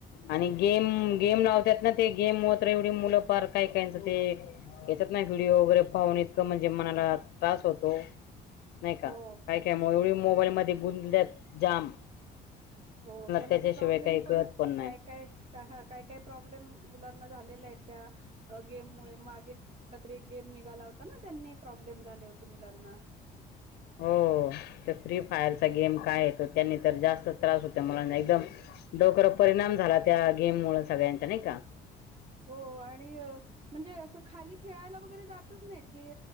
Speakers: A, on the left (about 70°); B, on the right (about 40°).
A: आणि गेम, गेम लावतात ना ते गेम होत एवढी मुलं पार काय कायचं ते याच्यात ना व्हिडिओ वगैरे पाहून इतकं म्हणजे मनाला त्रास होतो. नाही का
B: हो
A: काय काय मग एवढी मोबाईल मध्ये गुंतल्यात जाम
B: हो त्यांना
A: त्याच्याशिवाय
B: ते प्रॉब्लेम
A: काही कळत
B: पण
A: नाही
B: काय काय, काय काय प्रॉब्लेम मुलांना झालेले आहेत. त्या गेम मुळे मागे रात्री एक गेम निघाला होता ना, त्यांनी प्रॉब्लेम झाले होते मुलांना.
A: हो फ्री फायरचा गेम काय तो त्यांनी तर जास्त त्रास होत मुलांना एकदम डोकर परिणाम झाला त्या गेम मु सगळ्यांचा नाही का?
B: हो आणि म्हणजे असं खाली खेळायला वगैरे जातच नाहीत की